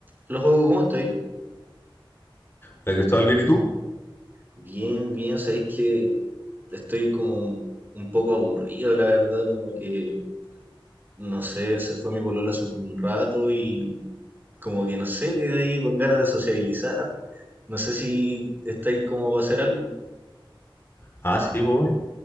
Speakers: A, on the right (about 20°); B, on the left (about 25°).
A: Hola, juego, ¿cómo estoy?
B: ¿La Cristóbal bien y tú?
A: Bien, bien, sabéis que estoy como un poco aburrido, la verdad, como que, no sé, se fue mi polola hace un rato y como que, no sé, quedé ahí con ganas de sociabilizar. No sé si estáis como para hacer algo.
B: Ah, sí, pues,